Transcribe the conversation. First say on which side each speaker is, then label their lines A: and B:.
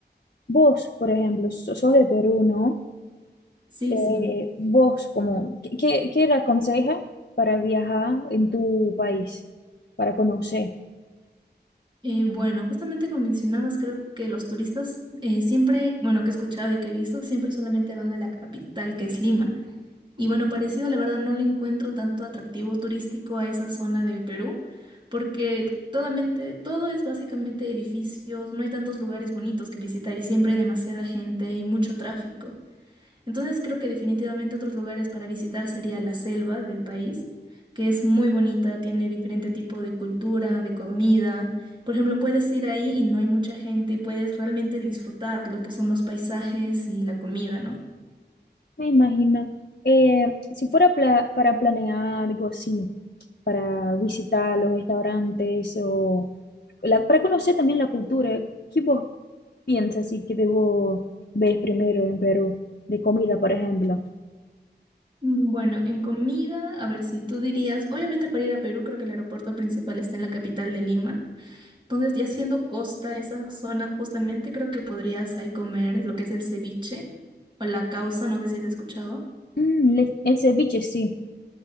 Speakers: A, on the left; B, on the right.
A: Vos, por ejemplo, so- sos de Perú, ¿no?
B: Sí,
A: eh,
B: sí.
A: vos, como, ¿qué, qué qué le aconseja para viajar en tu país, para conocer?
B: Eh, bueno, justamente como mencionabas, creo que los turistas eh, siempre, bueno, que he escuchado y que he visto, siempre solamente van a la capital, que es Lima. Y bueno, parecido, la verdad, no le encuentro tanto atractivo turístico a esa zona de Perú, porque todamente, todo es básicamente edificios, no hay tantos lugares bonitos que visitar y siempre hay demasiada gente y mucho tráfico. Entonces creo que definitivamente otros lugares para visitar sería la selva del país, que es muy bonita, tiene diferente tipo de cultura, de comida. Por ejemplo, puedes ir ahí y no hay mucha gente y puedes realmente disfrutar lo que son los paisajes y la comida, ¿no?
A: Me imagino, eh, si fuera pla- para planear algo así, para visitar los restaurantes o la- para conocer también la cultura, ¿qué vos piensas y que debo ver primero en Perú de comida, por ejemplo?
B: Mm, Bueno, en comida, a ver si tú dirías, obviamente para ir a Perú creo que el aeropuerto principal está en la capital de Lima. Entonces, ya siendo costa, esa zona justamente creo que podrías ahí comer lo que es el ceviche o la causa, no sé si has escuchado.
A: Mm, le- el ceviche sí,